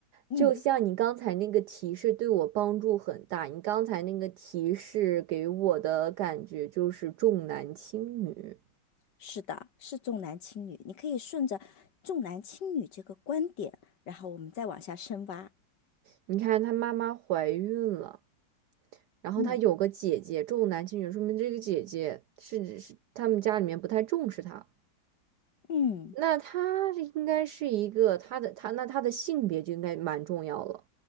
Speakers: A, on the left; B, on the right.
A: 嗯，
B: 就像你刚才那个提示对我帮助很大，你刚才那个提示给我的感觉就是重男轻女。
A: 是的，是重男轻女。你可以顺着重男轻女这个观点，然后我们再往下深挖。
B: 你看，她妈妈怀孕了。然后他有个姐姐重男轻女，
A: 嗯
B: 说明这个姐姐是是他们家里面不太重视他。
A: 嗯。
B: 那他这应该是一个他的他那他的性别就应该蛮重要了。